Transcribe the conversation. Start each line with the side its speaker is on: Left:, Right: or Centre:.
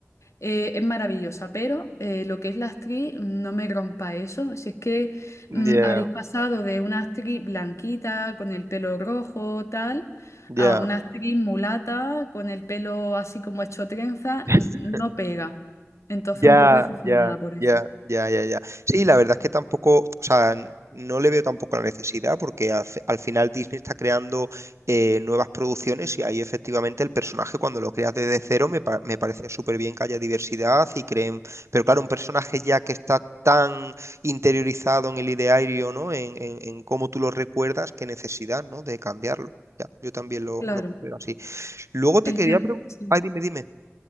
Left: Eh, es maravillosa, pero eh, lo que es la actriz, no me rompa eso. Si es que
Right: Ya,
Left: mm, habéis pasado de una actriz blanquita con el pelo rojo, tal, a
Right: ya.
Left: una actriz mulata con el pelo así como hecho trenza,
Right: <laughs>
Left: mm, no pega. Entonces,
Right: Ya,
Left: un poco decepcionada
Right: ya,
Left: por eso.
Right: ya, ya, ya, ya. Sí, la verdad es que tampoco, o sea, n- no le veo tampoco la necesidad porque al, fi- al final Disney está creando eh, nuevas producciones y ahí efectivamente el personaje cuando lo creas desde cero me, pa- me parece súper bien que haya diversidad y creen, pero claro, un personaje ya que está tan interiorizado en el ideario, ¿no? En, en, en cómo tú lo recuerdas, qué necesidad, ¿no? De cambiarlo. Ya, yo también lo,
Left: Claro,
Right: lo considero así. Luego te
Left: el
Right: quería
Left: tema.
Right: preguntar,
Left: sí.
Right: ay, dime, dime.